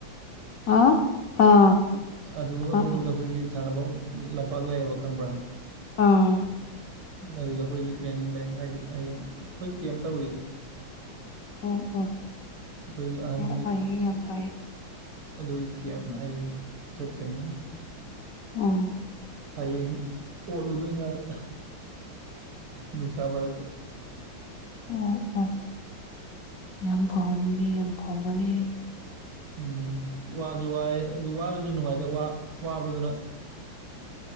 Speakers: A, on the left (about 80°); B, on the right (about 80°).
A: ꯑꯥ ꯑꯥ
B: ꯑꯗꯨ ꯑꯗꯣꯝꯗ
A: ꯑ
B: ꯑꯩꯈꯣꯏꯒꯤ ꯁꯥꯟꯅꯐꯝ ꯂꯝꯄꯥꯛ ꯂꯩꯌꯦꯕ ꯈꯪꯕ꯭ꯔꯥ
A: ꯑꯥ
B: ꯑꯗꯨꯗ ꯑꯩꯈꯣꯏꯁꯨ ꯇ꯭ꯔꯦꯟꯅꯤꯡ ꯂꯩ ꯍꯥꯏꯗꯤ ꯍꯌꯦꯡ ꯑꯩꯈꯣꯏ ꯀꯦꯝ ꯇꯧꯔꯤꯌꯦ
A: ꯎꯝ ꯎ
B: ꯑꯩꯈꯣꯏꯒꯤ ꯑꯍꯟꯒꯤ
A: ꯌꯥꯝꯐꯥꯏ ꯌꯥꯝꯐꯥꯏ
B: ꯑꯗꯨꯒꯤ ꯀ‌ꯦꯝ ꯍꯌꯦꯡ ꯆꯠꯀꯅꯤ
A: ꯑꯥ
B: ꯍꯌꯦꯡ ꯑꯣꯠꯂꯨꯗꯣꯏꯅꯦ ꯑꯗ ꯅꯨꯡꯁꯥ ꯃꯔꯛꯇ
A: ꯑꯣ ꯑꯣ ꯌꯥꯝ ꯐꯥꯎꯕꯅꯦ ꯌꯥꯝ ꯐꯥꯎꯕꯅꯦ
B: ꯎꯝ ꯋꯥꯁꯨ ꯋꯥꯑꯦ ꯑꯗꯨ ꯋꯥꯔꯁꯨ ꯅꯨꯡꯉꯥꯏꯇꯦ ꯋꯥꯕꯗꯨꯅ